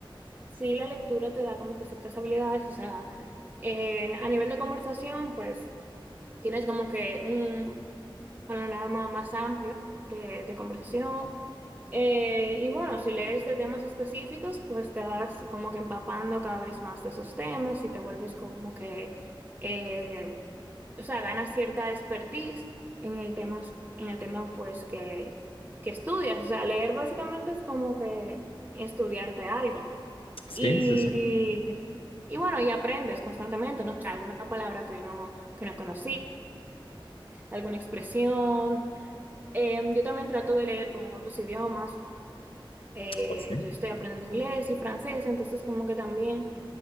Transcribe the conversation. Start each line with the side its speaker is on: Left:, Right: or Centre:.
Right: sí la lectura te da como que ciertas habilidades, o sea, eh, a nivel de conversación, pues tienes como que un panorama más amplio de, de conversación. Eh, y bueno, si lees de temas específicos, pues te vas como que empapando cada vez más de esos temas y te vuelves como que... eh, o sea, ganas cierta expertise en el tema, en el tema pues que, que estudias. O sea, leer básicamente es como que estudiarte algo. Y,
Left: Sí, sí, sí.
Right: y bueno, y aprendes constantemente, ¿no? O sea, alguna palabra que no, que no conocías, alguna expresión. Em, yo también trato de leer como en otros idiomas. Eh,
Left: Oh, sí.
Right: yo estoy aprendiendo inglés y francés, entonces como que también